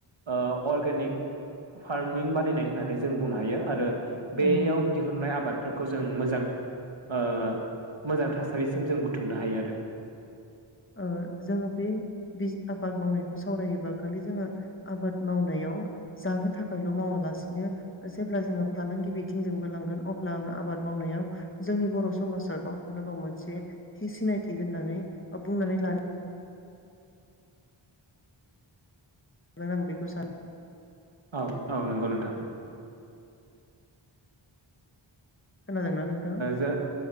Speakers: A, on the right; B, on the left.
A: ओ अर्गेनिक फार्मिं बानायनाय होननानै जों बुंनो हायो आरो बेयाव
B: नंगौ
A: दिहुननाय आबाद बेफोरखौ जों मोजां ओ मोजां थासारिसिम जों बुथुमनो हायो आरो
B: ओ जोंङो बे आबाद मावनायखौ सावरायोबा खालि जोंङो आबाद मावनायाव जानो थाखायल' मावालासिनो जेब्ला जोंङो फालांगि बिथिंजोंबो लांगोन अब्ला आंङो आबाद मावनायाव जोंनि बर' समाजा गावखौनो गाव मोनसे थि सिनायथि होननानै बुंनानै ला <unintelligible> आं बेखौ सानो
A: औ औ नंगौ नोंथां
B: खोनादोंना नोंथाङा
A: ज